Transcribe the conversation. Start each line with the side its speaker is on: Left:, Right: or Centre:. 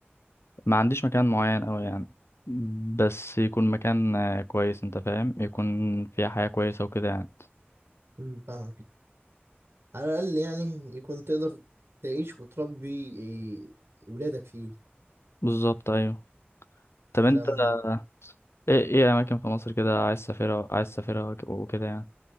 Left: ما عنديش مكان معين أوي يعني بس يكون مكان آه، كويس انت فاهم يكون فيها حياه كويسه وكده يعني
Right: مم. فاهمك على الاقل يعني يكون تقدر تعيش وتربي إيه، ولادك فيه
Left: بالظبط ايوه طب انت
Right: ده اهم حاجه
Left: آه، ايه ايه اماكن في مصر كده عايز تسافرها عايز تسافرها وك- وكده يعني